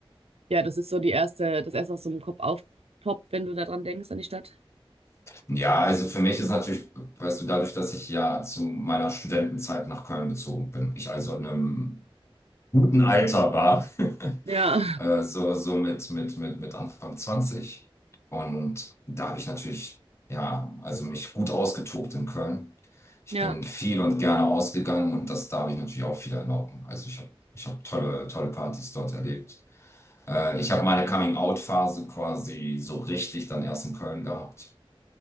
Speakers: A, on the right; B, on the left.
A: ja, das ist so die erste, das erste, was so im Kopf aufpoppt, wenn du daran denkst, an die Stadt?
B: Ja, also für mich ist natürlich, weißt du, dadurch, dass ich ja zu meiner Studentenzeit nach Köln gezogen bin, ich also in einem guten Alter war, <laughs>
A: Ja,
B: äh, so, so mit, mit, mit, mit Anfang zwanzig Und da habe ich natürlich, ja, also mich gut ausgetobt in Köln. Ich
A: <laughs> ja.
B: bin viel und gerne ausgegangen und das, da habe ich natürlich auch viel erlauben. Also ich habe ich hab tolle, tolle Partys dort erlebt. Äh, ich habe meine Coming-out-Phase quasi so richtig dann erst in Köln gehabt.